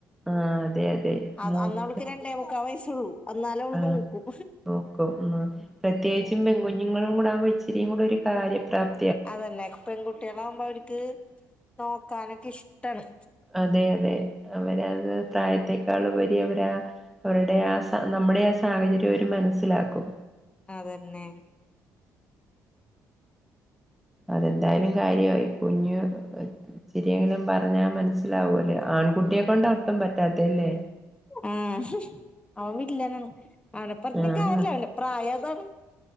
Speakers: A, in the centre; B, on the left.
A: ആഹ് അതെയതെ.
B: അത്
A: മൂത്ത
B: അന്ന് അവൾക്ക് രണ്ടേ മുക്കാ വയസ്സുള്ളൂ എന്നാലും അവള്
A: ആഹ്
B: നോക്കും
A: നോക്കും ന്ന്. പ്രത്യേകിച്ചും
B: ഉം
A: പെൺകുഞ്ഞു ങ്ങളും കൂടെ ആവുമ്പം ഇച്ചിരിയും കൂടെ ഒരു കാര്യ പ്രാപ്
B: അതന്നെ പെൺകുട്ടികളാകുമ്പോ അവർക്ക് നോക്കാനൊക്കെ ഇഷ്ടാണ്.
A: അതെയതെ. അവരത് പ്രായത്തേക്കാളുപരി അവരാ അവരുടെ ആ സ നമ്മുടെ ആ സാഹചര്യം അവരു മനസ്സിലാക്കും.
B: അതന്നെ.
A: അതെന്തായാലും കാര്യമായി കുഞ്ഞു ഇച്ചിരിയെങ്കിലും പറഞ്ഞാ മനസ്സിലാവൂലേ. ആൺകുട്ടിയെ കൊണ്ടാ ഒട്ടും പറ്റാത്തെ ല്ലേ.
B: ആഹ്. അവൻ വില്ലനാണ് അവനെ പറഞ്ട്ടും
A: ആഹ്
B: കാര്യല്ല അവൻ്റെ പ്രായം അതാണ്.